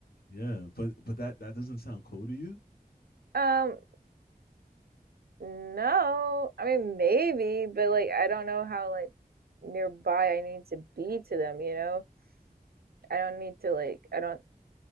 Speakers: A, on the left; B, on the right.
A: Yeah, but but that that doesn't sound cool to you?
B: Um, no. I mean, maybe, but like I don't know how like nearby I need to be to them, you know? I don't need to like I don't